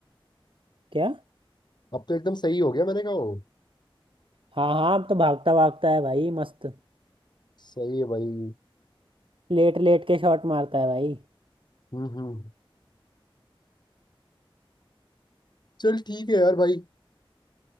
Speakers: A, on the right (about 65°); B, on the left (about 50°).
A: क्या
B: अब तो एकदम सही हो गया मैंने कहा वो
A: हाँ हाँ अब तो भागता भागता है भाई मस्त
B: सही है भाई
A: लेट लेट के शॉट मारता है भाई
B: हम्म हम्म चल ठीक है यार भाई